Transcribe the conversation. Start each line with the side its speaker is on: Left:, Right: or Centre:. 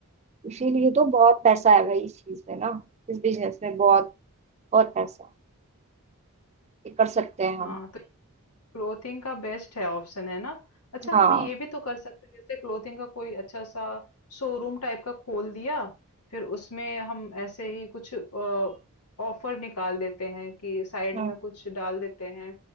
Right: इसीलिए तो बहुत पैसा है भाई इस चीज में ना इस बिजनेस में बहुत बहुत पैसा है। ये कर सकते हैं हम
Left: हाँ तो क्लोथिंग का बेस्ट है ऑप्शन है ना अच्छा
Right: हाँ
Left: हम ये भी तो कर सकते हैं जैसे क्लोथिंग का कोई अच्छा सा शोरूम टाइप का खोल दिया फिर उसमें हम ऐसे ही कुछ ऑफर निकाल देते हैं कि साइड
Right: हम्म
Left: में कुछ डाल देते हैं